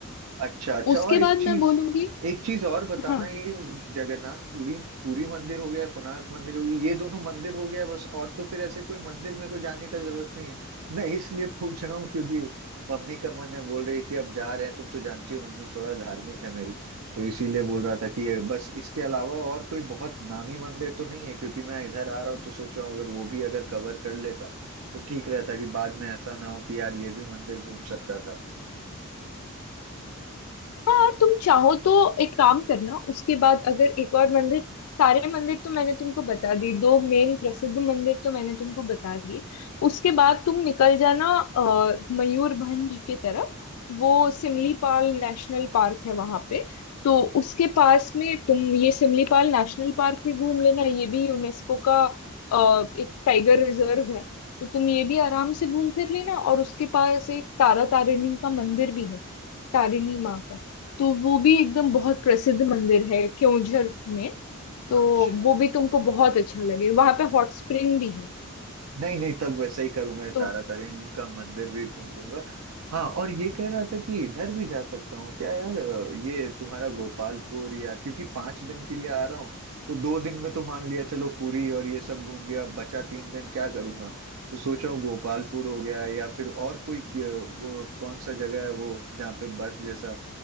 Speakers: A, on the right (about 80°); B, on the left (about 75°).
A: अच्छा अच्छा
B: उसके
A: और एक
B: बाद
A: चीज
B: मैं बोलूंगी
A: एक चीज और बताना
B: हाँ
A: ये जगन्नाथ पुरी पुरी मंदिर हो गया कोणार्क मंदिर हो गया ये दोनों मंदिर हो गया बस और तो फिर ऐसे कोई मंदिर मेरे को जाने का जरूरत नहीं है मैं इसलिए पूछ रहा हूँ क्योंकि मम्मी का मन है बोल रही है कि अब जा रहे हैं तुम तो जानती हो मम्मी थोड़ा धार्मिक है मेरी तो इसीलिए बोल रहा था कि ये बस इसके अलावा और कोई बहुत नामी मंदिर तो नहीं है क्योंकि मैं इधर आ रहा हूँ तो सोच रहा हूँ अगर वो भी अगर कवर कर लेता तो ठीक रहता कि बाद में ऐसा ना हो कि यार ये भी मंदिर घूम सकता था
B: हाँ तुम चाहो तो एक काम करना उसके बाद अगर एक और मंदिर सारे मंदिर तो मैंने तुमको बता दिए दो मेन प्रसिद्ध मंदिर तो मैंने तुमको बता दिए उसके बाद तुम निकल जाना अ, मयूरभंज की तरफ वो सिमलीपाल नेशनल पार्क है वहां पे तो उसके पास में तुम ये सिमलीपाल नेशनल पार्क भी घूम लेना ये भी यूनेस्को का अ, एक टाइगर रिजर्व है तो तुम ये भी आराम से घूम फिर लेना और उसके पास एक तारा तारिणी का मंदिर भी है तारिणी माँ का तो वो भी एकदम बहुत प्रसिद्ध मंदिर है क्योंझर में तो
A: अच्छा
B: वो भी तुमको बहुत अच्छा लगे वहां पे हॉट स्प्रिंग भी है
A: नहीं नहीं तब वैसा ही करूंगा ये
B: तो
A: तारा तारिणी का मंदिर भी घूम लूंगा हाँ और ये कह रहा था कि इधर भी जा सकता हूँ क्या यार अ, ये तुम्हारा गोपालपुर या क्योंकि पांच दिन के लिए आ रहा हूँ तो दो दिन में तो मान लिया चलो पुरी और ये सब घूम गया अब बचा तीन दिन क्या करूंगा तो सोच रहा हूँ गोपालपुर हो गया या फिर और कोई क- वो कौन सा जगह है वो जहाँ पे बर्फ जैसा अ,